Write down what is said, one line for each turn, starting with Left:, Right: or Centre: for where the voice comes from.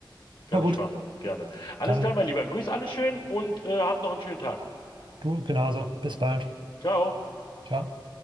Left: kann
Right: Na gut,
Left: ich machen. Gerne. Alles
Right: dann
Left: klar, mein Lieber. Grüß alle schön und äh, habt noch einen schönen Tag.
Right: du genauso. Bis bald.
Left: Ciao.
Right: Ciao.